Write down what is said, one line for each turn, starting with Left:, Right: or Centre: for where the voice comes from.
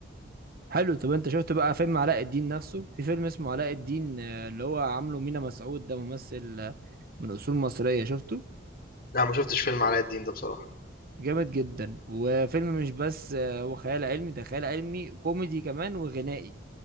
Right: حلو طب انت شفت بقى فيلم علاء الدين نفسه في فيلم اسمه علاء الدين آه، اللي هو عامله مينا مسعود ده ممثل آه، من اصول مصرية شفته
Left: لا ما شفتش فيلم علاء الدين ده بصراحه
Right: جامد جدا وفيلم مش بس آه، هو خيال علمي ده خيال علمي كوميدي كمان وغنائي